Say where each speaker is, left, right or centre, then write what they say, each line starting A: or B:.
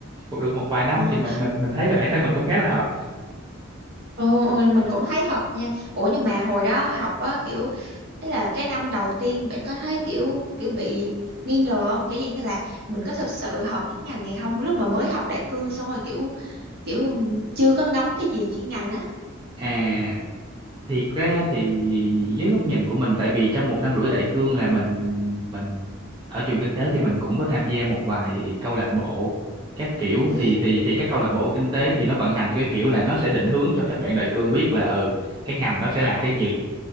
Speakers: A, on the right (about 20°); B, on the right (about 50°).
A: cũng được một vài năm
B: Ờ.
A: thì mình mình mình thấy là bản thân mình cũng khá là hợp
B: Ồ, ồ, mình cũng thấy hợp nha. Ủa nhưng mà hồi đó học á kiểu ý là cái năm đầu tiên bạn có thấy kiểu kiểu bị nghi ngờ không? Kiểu gì như là mình có thực sự học cái ngành này không? Lúc mà mới học đại cương xong rồi kiểu kiểu chưa có ngắm cái gì chuyên ngành á.
A: À thiệt ra thì với góc nhìn của mình tại vì trong một năm rưỡi đại cương là mình mình ở trường kinh tế thì mình cũng có tham gia một vài câu lạc bộ các kiểu
B: Ừ.
A: thì thì thì các câu lạc bộ kinh tế thì nó vận hành theo cái kiểu là nó sẽ định hướng cho các bạn đại cương biết là ừ cái ngành nó sẽ làm cái gì